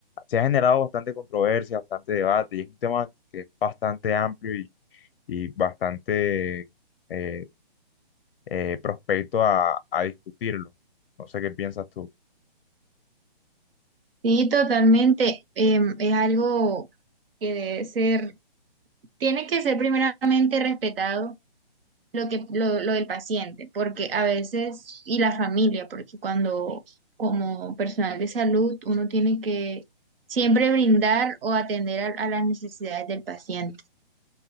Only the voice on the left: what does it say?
se ha generado bastante controversia, bastante debate, y es un tema que es bastante amplio y, y bastante eh, eh, prospecto a, a discutirlo. No sé qué piensas tú.